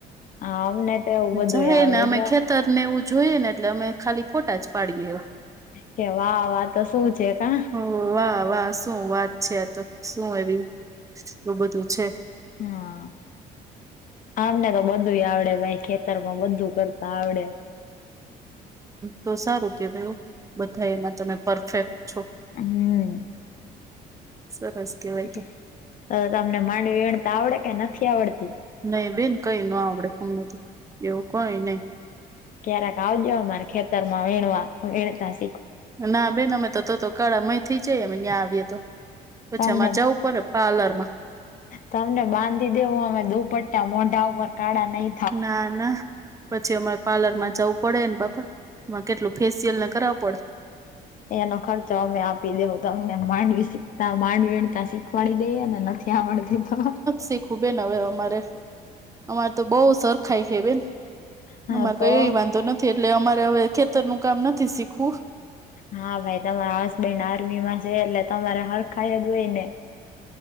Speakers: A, on the left (about 50°); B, on the right (about 20°).
A: હા અમને તો એવું બધું
B: જહે
A: આવડે
B: ને અમે
A: છે.
B: ખેતર ને એવું જોઈએ ને એટલે અમે ખાલી ફોટા જ પાડીએ એવા.
A: કે વાહ વાહ આતો શું છે કા
B: ઓ વાહ વાહ શું વાત છે આતો શું એવી, એવું બધું છે.
A: હા, આમને તો બધું આવડે ભાઈ ખેત તરમાં બધું કરતા આવડે.
B: તો સારું કેવાય એવું બધા એમાં તમે પરફેક્ટ છો.
A: હમ્મ.
B: સરસ. કેવાય
A: હમ્મ,
B: તો
A: તમને માંડવી એડતા આવડે કે નથી આવડતી?
B: નઈ બેન કઈ ન આવડે અમને તો, એવું કઈ નઈ.
A: ક્યારેક આવજો અમારે ખેતરમાં વીણવા, વણતા છે.
B: ના બેન અમે તો તો તો કાળા મઈ થઈ જઈ અમે ત્યાં આવીએ તો પછી
A: તમને
B: આમાંરે જવું પડે પાર્લરમાં
A: તમને બાંધી દેવું અમે દુપટ્ટા મોઢા ઉપર કાળા નઈ
B: ના ના પછી અમારે પ્લરમાં જવું પડે ને બાપા એમાં કેટલું ફેસિયલ ને કરાવવું પડે.
A: એનો ખર્ચો અમે આપી દેહુ તમને માંડવી શીખતા માંડ વીણતા શીખ ખવાડી દઈએ ને નથી આવડતી તો
B: શીખું બેન હવે અમારે અમારે તો બહું સરખાઈ હે બેન
A: હા
B: અમારે
A: તો
B: કય વાંધો નથી એટલે અમારે હવે ખેતર નું કામ નથી શીખવું.
A: હા ભાઈ તમારા હસબેન્ડ આર્મીમાં છે એટલે તમારે હરખાઈ જોઈ ને